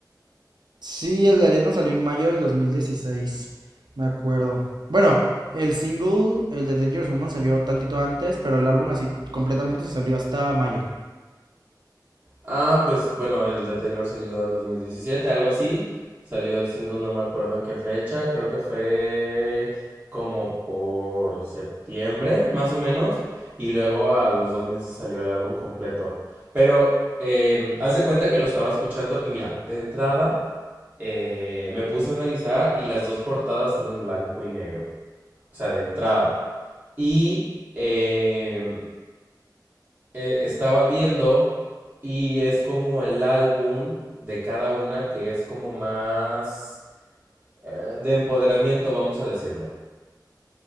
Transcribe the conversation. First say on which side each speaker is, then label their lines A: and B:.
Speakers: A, on the right; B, on the right.
A: Sí, el de Arena salió en mayo del 2016, me acuerdo. Bueno, el single, el de Dangerous Woman salió tantito antes, pero el álbum así completamente salió hasta mayo.
B: Ah, pues bueno, el de Taylor salió en 2017, algo así. Salió el single, no me acuerdo en qué fecha, creo que fue como por septiembre, más o menos. Y luego a los dos meses salió el álbum completo. Pero em, haz de cuenta que lo estaba escuchando y mira, de entrada eh, me puse a analizar y las dos portadas son en blanco y negro. O sea, de entrada. Y em, eh, estaba viendo y es como el álbum de cada una que es como más eh, de empoderamiento, vamos a decirlo.